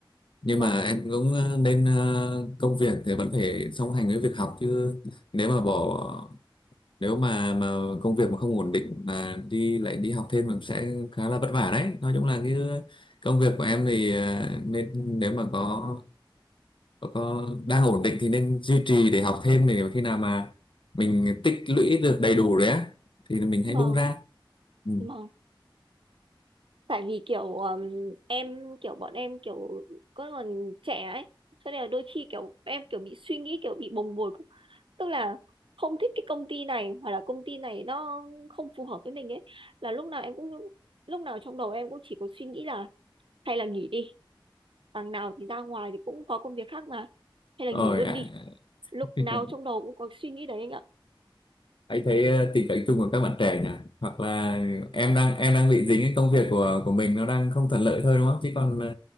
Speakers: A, on the left; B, on the right.
A: nhưng
B: vâng
A: mà em cũng ờ, nên ờ, công việc thì vẫn phải song hành với việc học chứ nếu mà bỏ nếu mà mà công việc mà không ổn định mà đi lại đi học thêm mình sẽ khá là vất vả đấy nói chung là cái công việc của em thì ờ, nên nếu mà có có, có đang ổn định thì nên duy trì để học thêm để khi nào mà mình tích lũy được đầy đủ rồi á thì mình hãy
B: vâng
A: bung ra ừ.
B: vâng tại vì kiểu um, em kiểu bọn em kiểu có còn trẻ ấy cho nên là đôi khi kiểu em kiểu bị suy nghĩ kiểu bị bồng bột tức là không thích cái công ty này hoặc là công ty này nó không phù hợp với mình ấy là lúc nào em cũng lúc nào trong đầu em cũng chỉ có suy nghĩ là hay là nghỉ đi đằng nào thì ra ngoài thì cũng có công việc khác mà hay là
A: rồi
B: nghỉ luôn
A: ạ
B: đi lúc
A: <laughs>
B: nào trong đầu cũng có suy nghĩ đấy anh ạ
A: Anh thấy ờ, tình cảnh chung của các bạn trẻ nhỉ? Hoặc là em đang em đang bị dính cái công việc của của mình nó đang không thuận lợi thôi đúng không? Chứ còn ờ,